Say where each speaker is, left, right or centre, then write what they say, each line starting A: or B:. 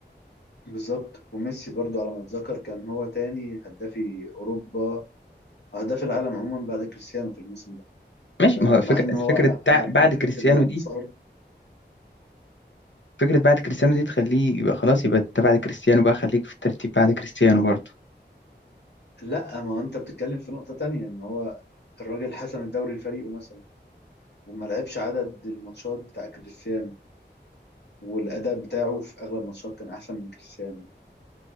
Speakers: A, on the left (about 65°); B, on the left (about 85°).
A: بالظبط وميسي برضو على ما اتذكر كان هو تاني هدافي اوروبا هداف العالم عموما بعد كريستيانو في الموسم ده
B: ماشي
A: آه،
B: ما هو
A: مع
B: فكرة
A: ان هو
B: فكرة تع-
A: قعد
B: بعد
A: فترة
B: كريستيانو
A: كده
B: دي
A: مصاب
B: فكرة بعد كريستيانو دي تخليه يبقى خلاص يبقى انت بعد كريستيانو بقى خليك في الترتيب بعد كريستيانو برضه
A: لا ما هو انت بتتكلم في نقطة تانية ان هو الراجل حسم الدوري لفريقه مثلا وما لعبش عدد الماتشات بتاع كريستيانو والاداء بتاعه في اغلب الماتشات كان احسن من كريستيانو